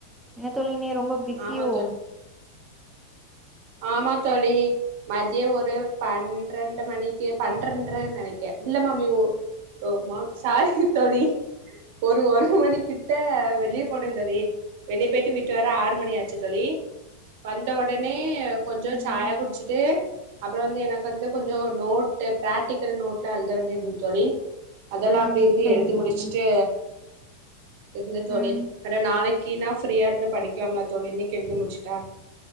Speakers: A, in the centre; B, on the right (about 50°).
A: என்ன தோழி நீ ரொம்ப பிஸியோ
B: ஆமா தோழி ஆமா தோழி மதியோ ஒரு பன்ரண்டு மணிக்கு பண்ரண்ர நெனைக்கே இல்ல மாமி ஒ ஓமா சாரி தோழி ஒரு ஒரு மணி கிட்ட வெளிய போனே தோழி வெளிய போயிட்டு வீட்டு வர ஆறு மணி ஆச்சு தோழி வந்த ஒடனே கொஞ்சோ
A: ம்
B: சாயா குட் ச்சிட்டு அப்பறோ வந்து எனக்கு வந்து கொஞ்சோ நோட்டு் ப்ராக்டிக்கல் நோட்ல எழுத வேண்டியது தோழி அதெல்லா அப்டிருந்து
A: ம் சேரி
B: எழ்தி
A: தோழி
B: முடிச்சுட்டு இருந்த தோழி
A: ம்
B: வேற நாளைக்குன்னா ஃப்ரீயாருந்து படிக்கலாம்லா தோழி இன்னைக்கு எழுதி முடிச்சுட்டா